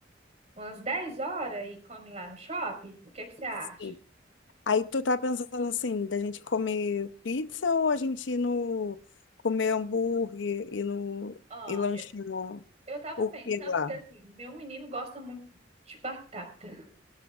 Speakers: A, on the right (about 35°); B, on the left (about 75°).
A: umas 10 horas e come lá no shopping. O que que você acha?
B: sim. Aí tu tá pensando assim, da gente comer pizza ou a gente ir no comer hambúrguer e no
A: Ó,
B: e lanchar
A: eu eu tava
B: o
A: pensando
B: que lá?
A: que assim, meu menino gosta muito de batata.